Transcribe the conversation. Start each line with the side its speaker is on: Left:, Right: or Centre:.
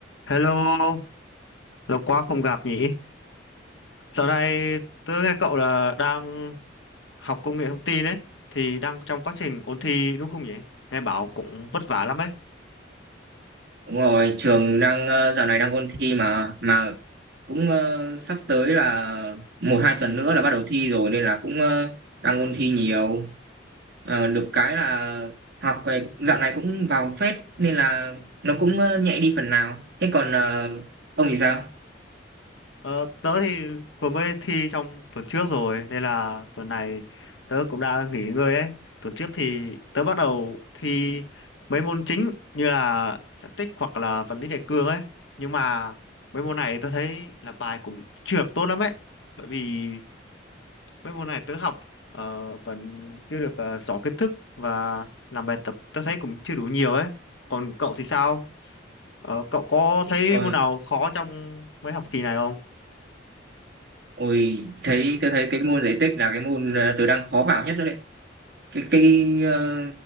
Left: Hello, lâu quá không gặp nhỉ? Dạo này tớ nghe cậu là đang học công nghệ thông tin ấy, thì đang trong quá trình ôn thi đúng không nhỉ? Nghe bảo cũng vất vả lắm ấy.
Right: Đúng rồi, trường đang ờ, dạo này đang ôn thi mà mà cũng ờ, sắp tới là một hai tuần nữa là bắt đầu thi rồi nên là cũng ờ, đang ôn thi nhiều. Ờ, được cái là học về dạo này cũng vào phết nên là nó cũng ờ, nhẹ đi phần nào. Thế còn ờ, ông thì sao?
Left: Ờ, tớ thì vừa mới thi trong tuần trước rồi, nên là tuần này tớ cũng đang nghỉ ngơi ấy. Tuần trước thì tớ bắt đầu thi mấy môn chính như là static tích hoặc là vật lý đại cương ấy. Nhưng mà mấy môn này tớ thấy là bài cũng chưa được tốt lắm ấy. Bởi vì mấy môn này tớ học ờ, vẫn chưa được ờ, rõ kiến thức và làm bài tập tớ thấy cũng chưa đủ nhiều ấy còn cậu thì sao Ờ, cậu có thấy
Right: Ôi,
Left: môn nào khó trong mấy học kỳ này không
Right: ôi thấy tôi thấy cái môn giải tích là cái môn ờ, tôi đang khó vào nhất đó đấy. Cái cái ờ,